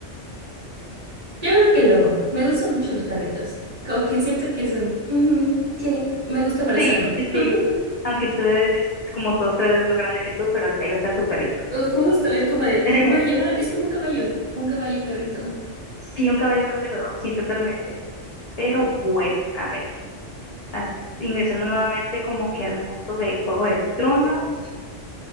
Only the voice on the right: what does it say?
Yo creo que el lobo. Me gustan mucho los perritos. Como que siento que es un... ujú, sí, me gusta abrazarlo.
<laughs>
Eh, Justo, es como de,
me puede llevar, es como un caballo, un caballo perrito.